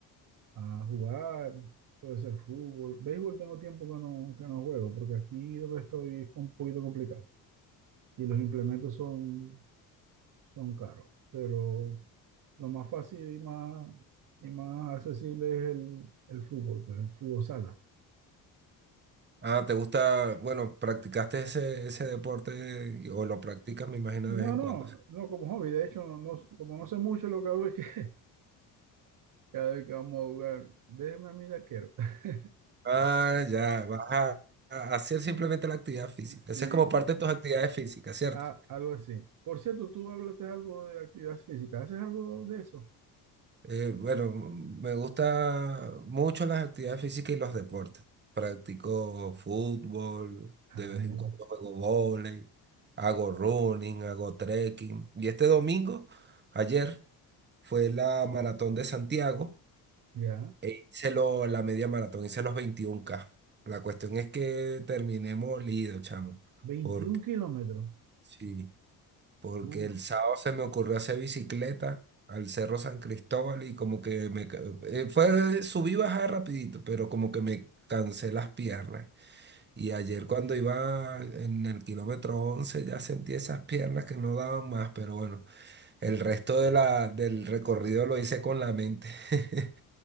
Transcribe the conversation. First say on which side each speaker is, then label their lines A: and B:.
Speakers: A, on the right (about 50°); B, on the right (about 25°).
A: a jugar. Puede ser fútbol. Béisbol tengo tiempo que no, que no juego, porque aquí donde estoy es un poquito complicado. Y los implementos son, son caros. Pero lo más fácil y más, y más accesible es el, el fútbol, pues, el fútbol sala.
B: Ah, ¿te gusta? Bueno, ¿practicaste ese, ese deporte y- o lo practicas, me imagino,
A: No,
B: de vez en
A: no,
B: cuando?
A: no como hobby. De hecho, no, no- como no sé mucho, lo que hago es que <laughs> cada vez que vamos a jugar, déjeme a mí de arquero. <laughs>
B: Ah, ya, vas a, a hacer simplemente la actividad física.
A: Sí,
B: Esa es como parte de tus actividades físicas, ¿cierto?
A: a- algo así. Por cierto, tú hablaste algo de actividad física. ¿Haces algo de eso?
B: Eh, bueno, m- me gusta mucho las actividades físicas y los deportes. Practico fútbol,
A: Ah,
B: de vez
A: mira.
B: en cuando juego vóley, hago running, hago trekking. Y este domingo, ayer, fue la maratón de Santiago.
A: Ya.
B: E hice lo- la media maratón, hice los veintiún k La cuestión es que terminé molido, chamo.
A: veintiún
B: Porque,
A: kilómetros.
B: sí, porque
A: Uf,
B: el sábado se me ocurrió hacer bicicleta al Cerro San Cristóbal y como que me... ca- eh, fue subí y bajar rapidito, pero como que me cansé las piernas. Y ayer cuando iba en el kilómetro 11 ya sentí esas piernas que no daban más, pero bueno, el resto de la, del recorrido lo hice con la mente. <laughs>